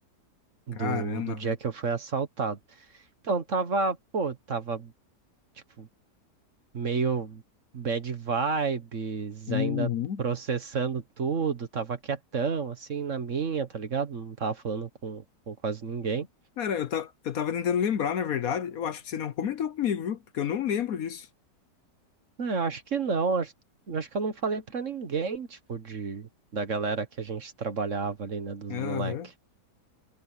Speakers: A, on the right; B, on the left.
A: do,
B: Caramba,
A: do dia
B: velho.
A: que eu fui assaltado. Então, tava, pô, tava, tipo, meio bad vibes,
B: Uhum.
A: ainda processando tudo, tava quietão, assim, na minha, tá ligado? Não tava falando com, com quase ninguém.
B: Cara, eu, ta, eu tava tentando lembrar, na verdade. Eu acho que você não comentou comigo, viu? Porque eu não lembro disso.
A: É, acho que não, acho, acho que eu não falei pra ninguém, tipo, de, da galera que a gente trabalhava ali, né, dos
B: Aham.
A: moleque.